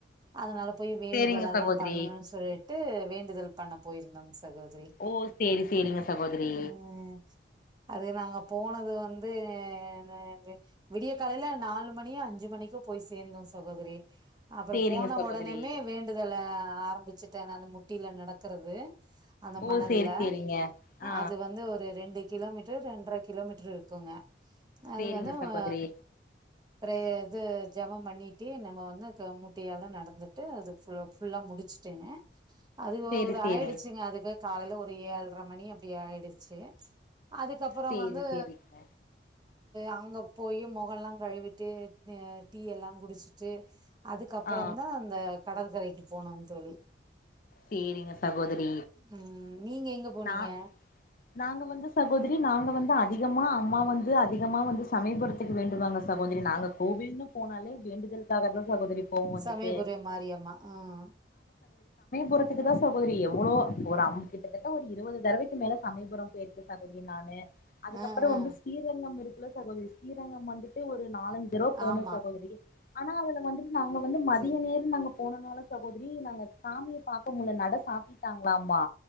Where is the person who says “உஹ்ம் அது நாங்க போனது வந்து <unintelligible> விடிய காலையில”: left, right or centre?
Right